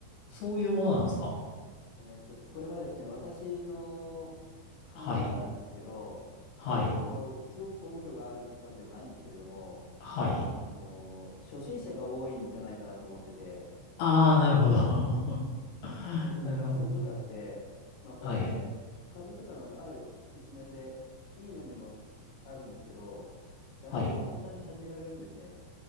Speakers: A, on the left; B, on the left.
A: そういうものなんですか
B: えーっと、これはですね、私の考えなんですけど、
A: はい。はい。
B: 別にこう、すごく根拠があるわけでもないんですけれども、
A: はい。
B: あのー、初心者が多いんじゃないかなと思ってて、
A: ああ、なるほど。<laughs>
B: 要するに仮想通貨って、
A: なるほど。
B: まあこれ、
A: はい。
B: 仮想通貨のある一面で、いい面でもあるんですけど、誰でも簡単に始められるんですね。
A: はい。